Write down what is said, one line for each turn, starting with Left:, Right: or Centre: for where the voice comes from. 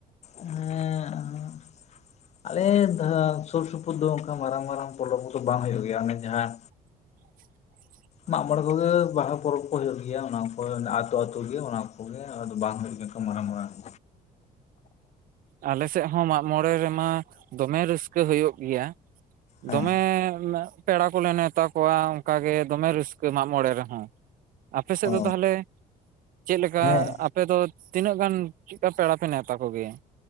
Left: ᱦᱮᱸ ᱟᱞᱮ ᱥᱩᱨ ᱥᱩᱯᱩᱨ ᱫᱚ ᱚᱱᱠᱟ ᱢᱟᱨᱟᱝ ᱢᱟᱨᱟᱝ ᱯᱚᱨᱚᱵ ᱠᱚ ᱵᱟᱝ ᱦᱩᱭᱩᱜ ᱜᱮᱭᱟ ᱚᱱᱮ ᱡᱟᱦᱟᱸ
Right: <inaudible>
Left: ᱢᱟᱜ ᱢᱚᱬᱮ ᱠᱚᱜᱮ ᱵᱟᱦᱟ ᱯᱚᱨᱚᱵᱽ ᱠᱚ ᱦᱩᱭᱩᱜ ᱜᱮᱭᱟ ᱚᱱᱟ ᱠᱚ ᱟᱹᱛᱩ ᱟᱹᱛᱩ ᱜᱮ ᱚᱱᱟ ᱠᱚᱜᱮ ᱟᱫᱚ ᱵᱟᱝ ᱦᱩᱭᱩᱜ <unintelligible>
Right: ᱟᱞᱮ ᱥᱮᱫ ᱦᱚᱸ ᱢᱟᱜ ᱢᱚᱬᱮ ᱨᱮᱢᱟ ᱫᱚᱢᱮ ᱨᱟᱹᱥᱠᱟᱹ ᱦᱩᱭᱩᱜ ᱜᱮᱭᱟ
Left: ᱦᱮᱸ
Right: ᱫᱚᱢᱮ ᱯᱮᱲᱟ ᱠᱚᱞᱮ ᱱᱮᱣᱛᱟ ᱠᱚᱣᱟ ᱚᱱᱠᱟᱜᱮ ᱫᱚᱢᱮ ᱨᱟᱹᱥᱠᱟᱹ ᱢᱟᱜ ᱢᱚᱬᱮ ᱨᱮᱦᱚᱸ ᱟᱯᱮ ᱥᱮᱫ
Left: ᱚ
Right: ᱫᱚ ᱛᱟᱦᱚᱞᱮ ᱪᱮᱫ ᱞᱮᱠᱟ
Left: ᱦᱮᱸ
Right: ᱟᱯᱮ ᱫᱚ ᱛᱤᱱᱟᱹᱜ ᱜᱟᱱ ᱪᱮᱫ ᱞᱮᱠᱟ ᱯᱮᱲᱟ ᱯᱮ ᱱᱮᱶᱛᱟ ᱠᱚᱜᱮᱭᱟ